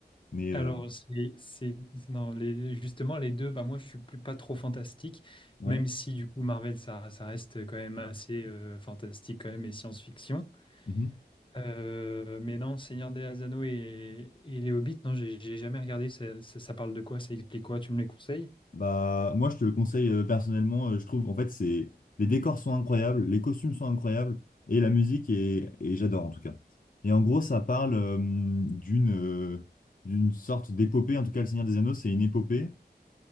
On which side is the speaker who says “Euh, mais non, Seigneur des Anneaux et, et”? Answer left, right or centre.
Left